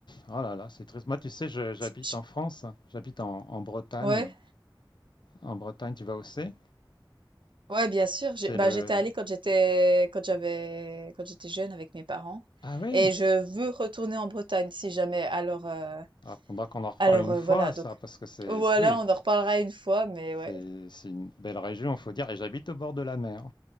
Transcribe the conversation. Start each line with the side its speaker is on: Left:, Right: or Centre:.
Left: Oh là là, c'est triste. Moi, tu sais, je- j'habite
Right: Je-
Left: en France, j'habite en, en Bretagne.
Right: Ouais,
Left: En Bretagne, tu vas où c'est?
Right: ouais, bien sûr.
Left: C'est
Right: J'ai- bah,
Left: le...
Right: j'étais allée quand j'étais, quand j'avais, quand j'étais jeune avec mes parents.
Left: Ah oui!
Right: Et je veux retourner en Bretagne si jamais. Alors, euh,
Left: Ah, faudra qu'on en reparle
Right: alors
Left: une
Right: euh,
Left: fois,
Right: voilà.
Left: ça,
Right: Donc
Left: parce que c'est...
Right: voilà,
Left: c'est- Oui,
Right: on en reparlera une fois, mais
Left: c'est
Right: ouais.
Left: c'est une belle région, faut dire, et j'habite au bord de la mer.